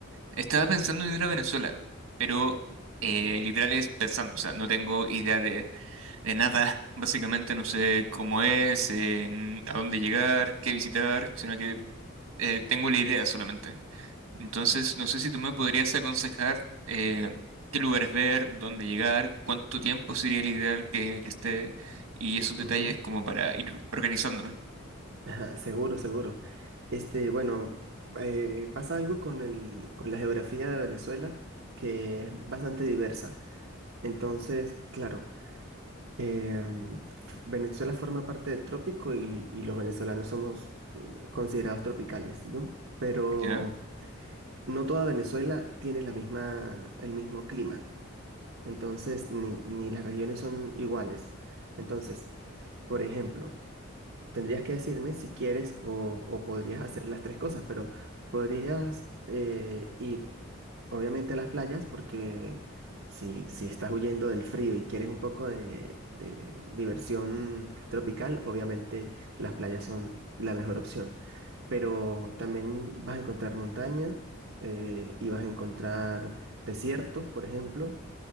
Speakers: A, on the right; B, on the right.
A: Estaba pensando en ir a Venezuela, pero eh, literal es pensando, o sea, no tengo idea de, de nada, <laughs> básicamente no sé cómo es, em, a dónde llegar, qué visitar, sino que eh, tengo la idea solamente. Entonces, no sé si tú me podrías aconsejar eh, qué lugares ver, dónde llegar, cuánto tiempo sería el ideal que, que esté y esos detalles
B: Ujú.
A: como para ir organizándome.
B: Ajá, seguro, seguro. Este, bueno, eh, pasa algo con el, con la geografía de Venezuela que es bastante diversa. Entonces, claro, em, f- Venezuela forma parte del trópico y, y los venezolanos somos mm, considerados tropicales, ¿no? Pero
A: ¿Ya?
B: no toda Venezuela tiene la misma, el mismo clima. Entonces, ni, ni las regiones son iguales. Entonces, por ejemplo, Tendrías que decirme si quieres o, o podrías hacer las tres cosas, pero podrías eh, ir obviamente a las playas porque si, si estás huyendo del frío y quieres un poco de, de diversión tropical, obviamente las playas son la mejor opción. Pero también vas a encontrar montaña eh, y vas a encontrar desierto, por ejemplo,